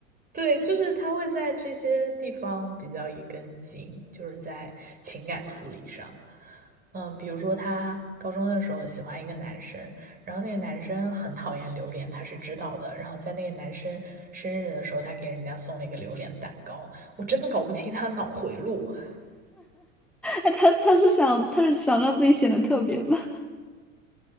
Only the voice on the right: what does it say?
对，就是他会在这些地方比较一根筋，就是在情感处理上。嗯，比如说他高中的时候喜欢一个男生，然后那个男生很讨厌榴莲，他是知道的。然后在那个男生生日的时候，他给人家送了一个榴莲蛋糕。我真的搞不清他的脑回路。<laughs>